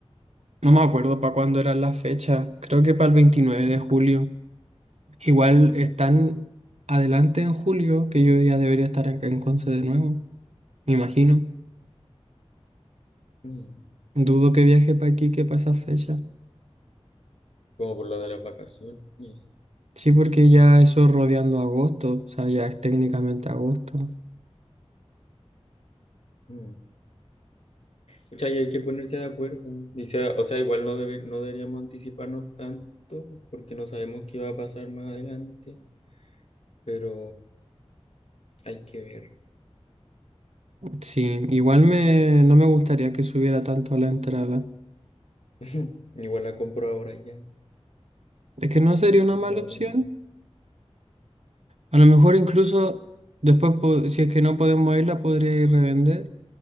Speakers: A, on the right; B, on the left.
A: no me acuerdo para cuándo eran las fechas. Creo que para el 29 de julio. Igual están adelante en julio, que yo ya debería estar acá en Conce de nuevo, me imagino.
B: Mm.
A: Dudo que viaje para aquí que para esa fecha.
B: Como por lo de las vacaciones.
A: Sí, porque ya eso rodeando agosto, o sea, ya es técnicamente agosto.
B: Mm. Pucha, y hay que ponerse de acuerdo. Dice, o sea, igual no, debe- no deberíamos anticiparnos tanto porque no sabemos qué va a pasar más adelante, pero hay que ver.
A: Sí, igual me, no me gustaría que subiera tanto la entrada.
B: <laughs> Igual la compro ahora ya.
A: Es que no sería una mala
B: Ahora.
A: opción. A lo mejor incluso después, po- si es que no podemos irla, podría ir revender.